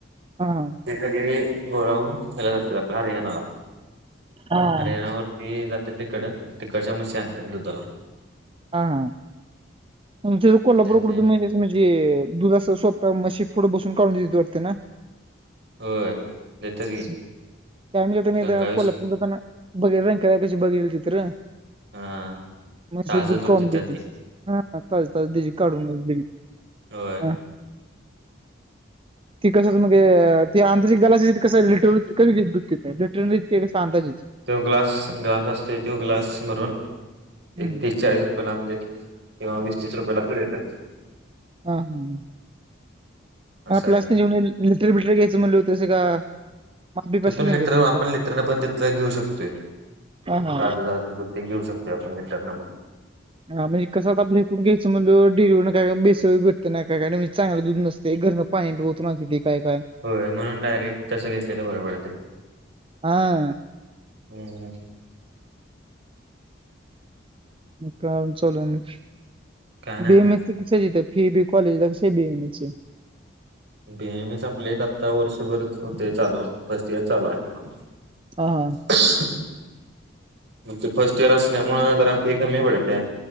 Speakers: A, on the right (about 30°); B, on the right (about 60°).
A: हा
B: ते सगळे गोळा होऊन ह्याला जातेत आपल्या हरियाणाला,
A: हा
B: हरियाणावर ते जाते तिकड आणि तिकडच्या म्हशी आणतेत दुधाला.
A: हा हा आमच्या इकडं कोल्हापूरकुठे
B: देते
A: त्या म्हणजे दुध अस स्वतः मशी पुढे बसून काढून देतात वाटते ना.
B: होय देतात की
A: <inaudible> काय माहिती काय
B: गंगावीस
A: नाहीकोल्हापूर जाताना. बघेल <unintelligible> तिथ र
B: हा
A: म्हशीचं
B: ताजं
A: दूध काढून
B: देतात
A: देते.
B: ते
A: हा ताज ताज देशी काढून दूध द्यायचं.
B: होय
A: हा ती कसं मंग ते अंदाजे ग्लासेस कसं लिटर दूध <unintelligible> देत नाही लिटरमध्ये ते कसं अंदाजेच.
B: तो ग्लास ग्लास असतय तो ग्लास भरून
A: हम्म
B: एक तीस, चाळीस रु रुला म्हणजे किंवा वीस, तीस रुपयाेला <unintelligible>
A: हा हा हा
B: असं
A: हा प्लाटिक
B: आहे
A: <unintelligible> लिटर बिटर घ्यायच म्हणले वर तसं का माप-बीप
B: तिथून
A: असेल त्यांच्यापाशी
B: लिटर आपण
A: का?
B: लिटरन पण तिथला घेऊ शकतोय,
A: हा हा
B: ताज ताज दूध. ते घेऊ शकतोय आपण लिटर न पण.
A: हा म्हणजे कस आपल्या एकूण घ्यायचं म्हणलं डेरी वरून काय का भेसळ भेटत ना का काय चांगलं दूध नसते घरन पाणी ओतून आणते ते काय काय
B: होय म्हणून डायरेक्ट तस घेतलेलं बरं पडते
A: हा
B: हम्म
A: काम चालू आहे ना
B: काय नाही
A: बी एम एस कस घेता फी बी कॉलेजला कस? ते बी एम एस चे
B: बी एम एच ऍपलेट आता वर्षभर होते चालू फर्स्ट इयर चालू आहे
A: हा हा.
B: ह आमच फर्स्ट इयर असल्यामुळ जरा फी कमी पडते